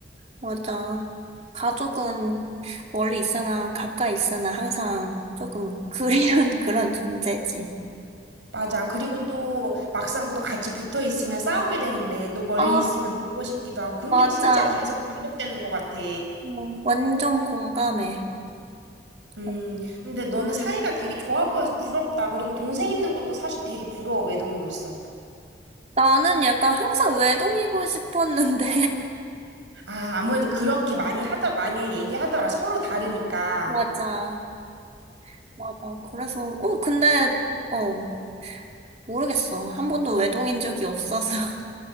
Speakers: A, on the right (about 35°); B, on the right (about 85°).
A: 맞아. 가족은 멀리 있으나 가까이 있으나 항상 조금 그리운 <laughs> 그런 존재지.
B: 맞아. 그리고 또 막상 또 같이 붙어 있으면 싸우게 되는데, 또 멀리
A: 아,
B: 있으면 보고 싶기도 하고, 그런
A: 맞아.
B: 게 진짜 계속 반복되는 것 같아.
A: 어, 완전 공감해.
B: 음,
A: 어,
B: 근데 너는 사이가 되게 좋아 보여서 부럽다. 그리고 동생 있는 것도 사실 되게 부러워, 외동으로서.
A: 나는 약간 항상 외동이고 싶었는데.
B: 아, 아무래도 그렇게
A: <laughs> 어,
B: 많이 하더, 많이 얘기하더라. 서로 다르니까.
A: 맞아. 맞아. 그래서, 어, 근데, 어, 모르겠어. 한 번도 외동인 적이 없어서. <laughs>